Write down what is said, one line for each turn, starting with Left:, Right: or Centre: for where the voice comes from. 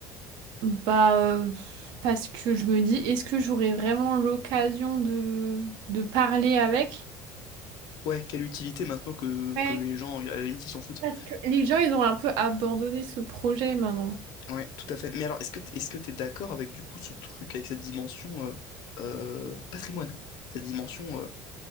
Right: Bah, euh, parce que je me dis, est-ce que j'aurai vraiment l'occasion de, de parler avec?
Left: Ouais, quelle utilité maintenant que,
Right: Ouais,
Left: que les gens, à la limite, ils s'en foutent.
Right: parce que les gens, ils ont un peu abandonné ce projet maintenant.
Left: Ouais, tout à fait. Mais alors, est-ce que est-ce que t'es d'accord avec du coup ce truc, avec cette dimension euh, euh, patrimoine, cette dimension euh,